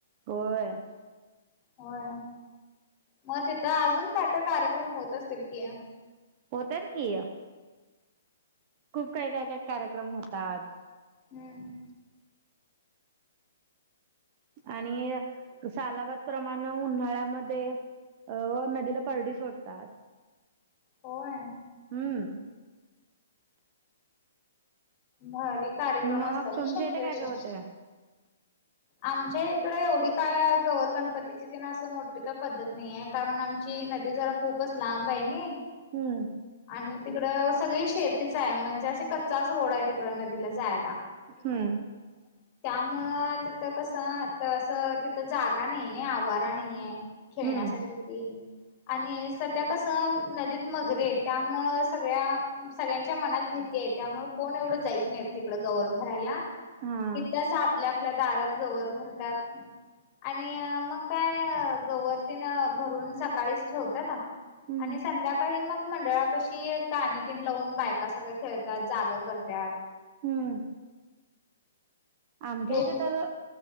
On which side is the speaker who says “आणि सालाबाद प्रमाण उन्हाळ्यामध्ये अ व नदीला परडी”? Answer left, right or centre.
Right